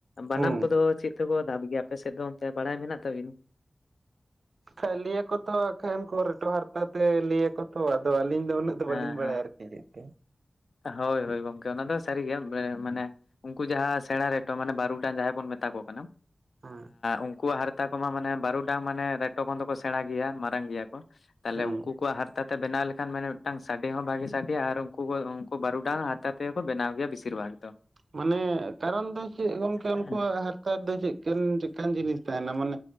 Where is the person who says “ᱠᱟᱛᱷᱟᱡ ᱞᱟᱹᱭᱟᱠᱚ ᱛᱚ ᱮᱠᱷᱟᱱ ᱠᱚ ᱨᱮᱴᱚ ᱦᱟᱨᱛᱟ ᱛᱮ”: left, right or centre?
Right